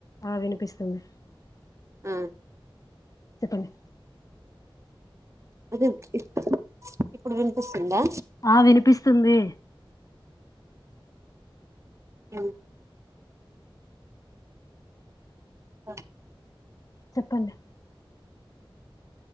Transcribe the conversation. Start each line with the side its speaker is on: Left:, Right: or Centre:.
Left: ఆ వినిపిస్తుంది
Right: ఆ
Left: చెప్పండి
Right: అదే ఇప్ ఇప్పుడు వినిపిస్తుందా
Left: ఆ వినిపిస్తుంది
Right: న క
Left: చెప్పండి